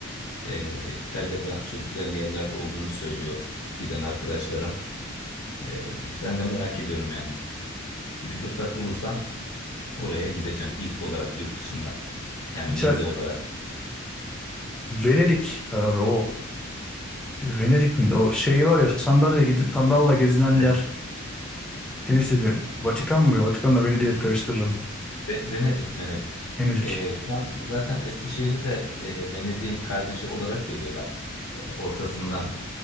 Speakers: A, on the left; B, in the centre.
A: E, İtalya'da çok güzel yerler olduğunu söylüyor giden arkadaşlarım. E, ben de merak ediyorum yani. Bir fırsat bulursam oraya gideceğim ilk olarak yurt dışında. Yani
B: İşte
A: gezi olarak.
B: Venedik abi o Venedik miydi? O şey var ya sandalye gidip sandalla gezilen
A: Ve-
B: yer. Deniz ürünü. Vatikan mı? Vatikan'la Venedik'i hep karıştırırım.
A: Ve- Venedik, Venedik.
B: Venedik.
A: E, şu an zaten Eskişehir'i de e, Venedik'in kardeşi olarak görüyorlar. E, ortasından